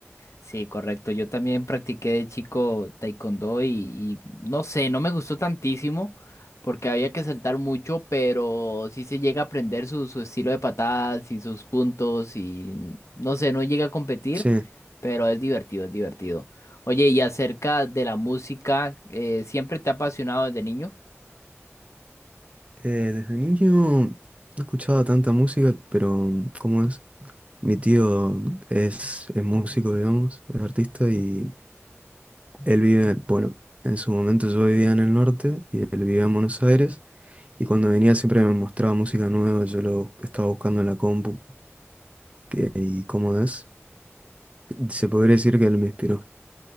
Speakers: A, on the left; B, on the right.
A: Sí, correcto. Yo también practiqué de chico taekwondo y, y no sé, no me gustó tantísimo porque había que saltar mucho, pero sí se llega a aprender su, su estilo de patadas y sus puntos y no sé, no llega a competir,
B: Sí, eh,
A: pero es divertido, es divertido. Oye, y acerca de la música, eh, ¿siempre te ha apasionado desde niño?
B: desde niño no escuchaba tanta música, pero mm, ¿cómo es? Mi tío es, es músico, digamos, es artista y él vive, bueno, en su momento yo vivía en el norte y él vivía en Buenos Aires y cuando venía siempre me mostraba música nueva, yo lo estaba buscando en la compu que- y cómo es. Se podría decir que él me inspiró.